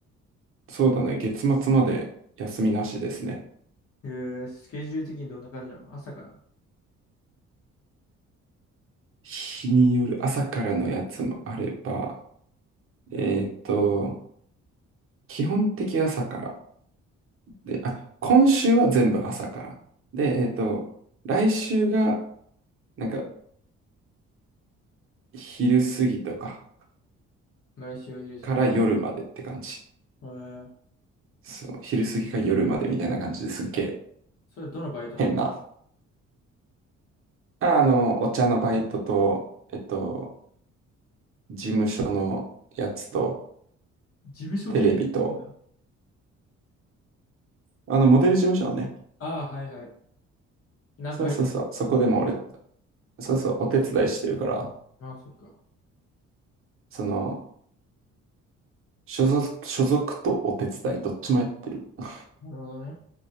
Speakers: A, on the right; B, on the left.
A: そうだね、月末まで休みなしですね。
B: る。えー、スケジュール的にどんな感じなの朝から。
A: 日による朝からのやつもあれば、えっと、基本的朝から。で、あ、今週は全部朝から。で、えっと、来週が、なんか、昼過ぎとか
B: 毎週お昼過ぎ。
A: から夜までって感じ。
B: えー、
A: そう、昼過ぎか夜までみたいな感じですっげえ
B: それどのバイトなの
A: 変な。あ、あの、お茶のバイトと、えっと、事務所のやつと、
B: 事務所系をやってんだ
A: テレビと、あの、モデル事務所のね、
B: ああー、はいはい。なんか入っ
A: そうそうそう、そこでも俺、そうそう、お手伝いしてるから、
B: ああ、そっか。
A: その、所属、所属とお手伝い、どっちもやってるっ
B: なるほどね。